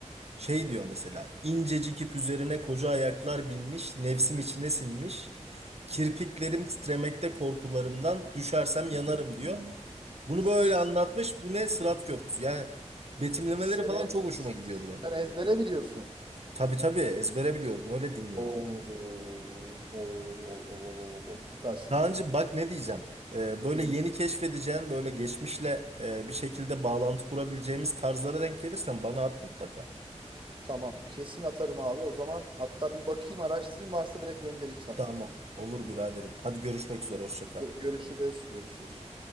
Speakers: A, on the right; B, on the right.
A: Şey diyor mesela incecik ip üzerine koca ayaklar binmiş nefsim içine sinmiş kirpiklerim titremekte korkularımdan düşersem yanarım diyor. Bunu
B: S-
A: böyle anlatmış. Bu ne? Sırat Köprüsü. Yani betimlemeleri
B: Sene,
A: falan çok hoşuma gidiyordu benim.
B: sen ezbere biliyorsun.
A: Tabii tabii ezbere biliyorum. Öyle dinliyordum.
B: Oo, oo, oo, oo, oo, oo, süpersin
A: Kaan'cığım
B: abi.
A: bak ne diyeceğim. Ee, böyle
B: Ne diyeceğim?
A: yeni keşfedeceğin böyle geçmişle e, bir şekilde bağlantı kurabileceğimiz tarzlara denk gelirsen bana at mutlaka.
B: Tamam. Kesin atarım abi. O zaman hatta bir bakayım araştırayım varsa direkt göndereyim sana.
A: Tamam. Olur biraderim. Hadi görüşmek üzere. Hoşça kal.
B: Gö- Görüşürüz. Görüşürüz.